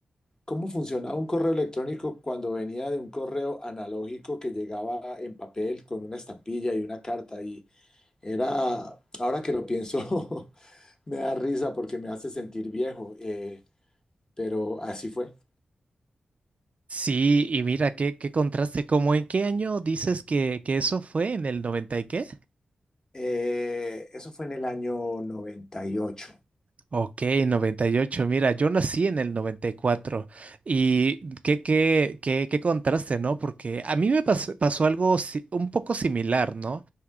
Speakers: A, on the left (about 25°); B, on the right (about 50°).
A: ¿Cómo funcionaba un correo electrónico cuando venía de un correo analógico que llegaba en papel con una estampilla y una carta? Y era, ahora que lo pienso, <laughs> me da risa porque me hace sentir viejo, eh, pero así fue.
B: Sí, y mira, qué, qué contraste, ¿cómo en qué año dices que, que eso fue? ¿En el 90 y qué?
A: Eh, eso fue en el año 98.
B: Ok, 98. Mira, yo nací en el 94 y cuatro y qué, qué, qué, qué contraste, ¿no? Porque a mí me pas- pasó algo si- un poco similar, ¿no?